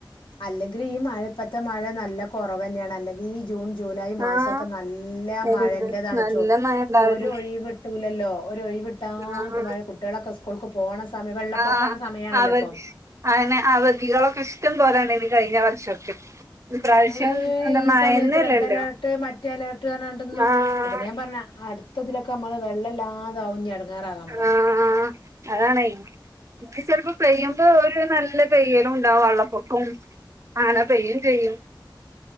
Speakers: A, on the left; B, on the right.
A: അല്ലെങ്കിൽ ഈ മഴ ഇപ്പത്തെ മഴ നല്ല കുറവ് തന്നെയാണ് അല്ലെങ്കി ഈ ജൂൺ ജൂലൈ മാസൊക്കെ
B: ആഹ്
A: നല്ല
B: എന്ത്
A: മഴന്റേതാണ്
B: നല്ല
A: ചു
B: മഴ ഇണ്ടാവല്
A: ഒരു ഒഴിവ് വിട്ടൂലല്ലോ ഒരു ഒഴിവിട്ടാതെ
B: ആഹ്
A: മഴ കുട്ടികളൊക്കെ സ്കൂൾക്ക് പോണ സമയം വെള്ളപ്പൊക്കാണ
B: ആഹ്
A: സമയാണല്ലോ
B: അവ
A: ഇപ്പം
B: അങ്ങനെ അവധികളൊക്കെ ഇഷ്ടം പോരാ കഴിഞ്ഞ വർഷൊക്കെ ഇപ്രാവശ്യം
A: ഏയ്
B: എന്താ
A: ഈ
B: മഴന്നെല്ലല്ലോ
A: സമയത്ത് റെഡ് അലേർട്ട് മറ്റേ അലേർട്ട് പറഞ്ഞോണ്ടെന്നും
B: ആഹ്
A: അതിനെ ഞാൻ പറഞ്ഞ അ ട്ടതിലൊക്കെ നമ്മള് വെള്ളലാ അതവിഞ്ഞാടും ങ്ങേറാകാൻ പോണ്
B: ആഹ് അതാണേ ഇനി ചെലപ്പോ പെയ്യുമ്പൊ ഒരു നല്ല പെയ്യലും ഉണ്ടാവും വെള്ളപ്പൊക്കോം അങ്ങനെ പെയ്യോം ചെയ്യും